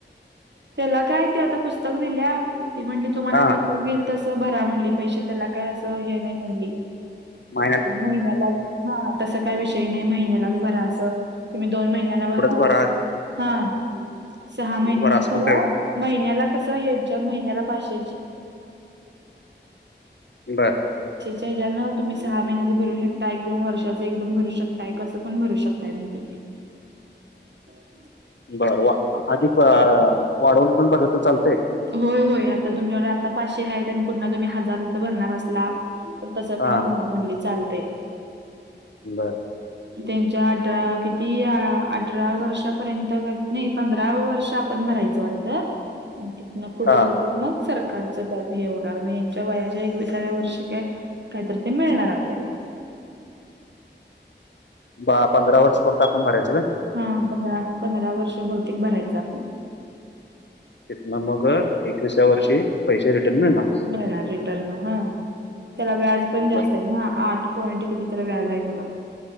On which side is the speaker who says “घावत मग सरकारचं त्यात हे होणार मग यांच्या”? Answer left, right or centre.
Right